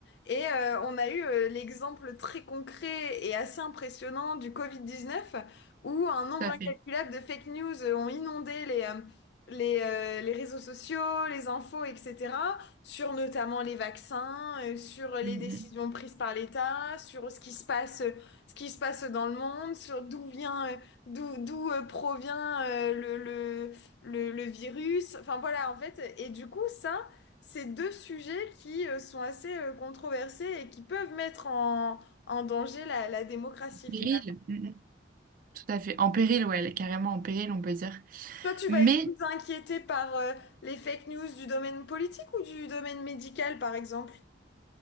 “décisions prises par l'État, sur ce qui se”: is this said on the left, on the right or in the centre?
Left